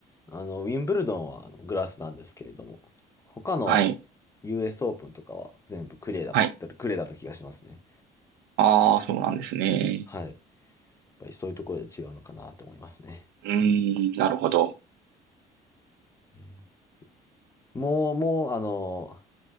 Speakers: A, on the left; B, on the right.
A: あの、ウィンブルドンはあのグラスなんですけれども、他の
B: はい、
A: US オープンとかは全部クレーだとき、
B: はい。
A: クレーだった気がしますね。
B: ああ、そうなんですね。
A: はい。やっぱりそういうところで違うのかなと思いますね。
B: うん、なるほど。
A: えーもう、もう、あの、